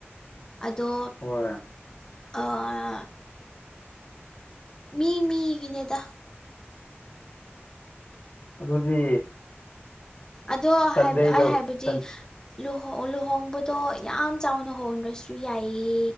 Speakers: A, on the left (about 15°); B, on the left (about 45°).
A: ꯑꯗꯣ
B: ꯍꯣꯏ
A: ꯑꯥ ꯃꯤ ꯃꯤꯒꯤꯅꯦꯗ
B: ꯑꯗꯨꯗꯤ
A: ꯑꯗꯣ
B: ꯁꯟꯗꯦꯗ
A: ꯍꯥꯏꯕ ꯑꯩ ꯍꯥꯏꯕꯗꯤ
B: ꯁꯟ
A: ꯂꯨꯍꫭ ꯂꯨꯍꯣꯡꯕꯗꯣ ꯌꯥꯝ ꯆꯥꯎꯅ ꯍꯣꯡꯗ꯭ꯔꯁꯨ ꯌꯥꯏꯌꯦ